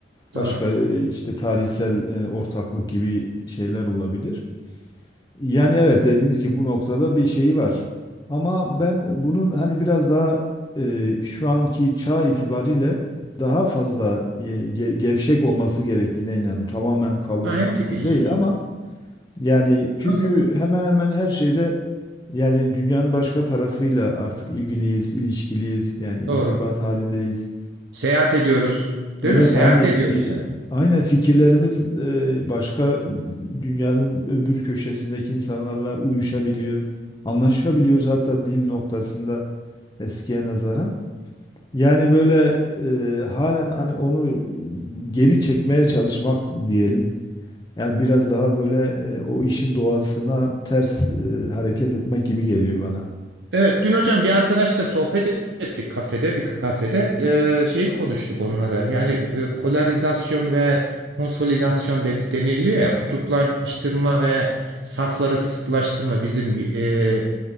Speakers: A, on the right; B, on the left.
A: Doğru.
B: başka e, işte tarihsel e, ortaklık gibi şeyler olabilir. Yani evet dediğiniz gibi bu noktada bir şeyi var. Ama ben bunun hani biraz daha e, şu anki çağ itibariyle daha fazla e, ge- gevşek olması gerektiğine inanıyorum. Tamamen kaldırılması
A: Ha, hemfikiriz
B: değil
A: hocam.
B: ama yani çünkü
A: Aynen.
B: hemen hemen her şeyde yani dünyanın başka tarafıyla artık ilgiliyiz, ilişkiliyiz, yani irtibat
A: Doğru.
B: halindeyiz.
A: Seyahat ediyoruz.
B: Evet
A: Değil mi? Seyahat
B: hani
A: de ediyoruz
B: fi,
A: yani.
B: aynen fikirlerimiz e, başka dünyanın öbür köşesindeki insanlarla uyuşabiliyor. Anlaşabiliyoruz hatta dil noktasında eskiye nazaran. Yani böyle e, halen hani onu geri çekmeye çalışmak diyelim. Yani biraz daha böyle e, o işin doğasına ters e, hareket etmek gibi geliyor bana.
A: Evet, dün hocam bir arkadaşla sohbet ettik kafede, bir kafede. Ee, şeyi konuştuk onunla da. Yani e, polarizasyon ve konsolidasyon den- deniliyor ya, kutuplaştırma ve safları sıklaştırma bizim e,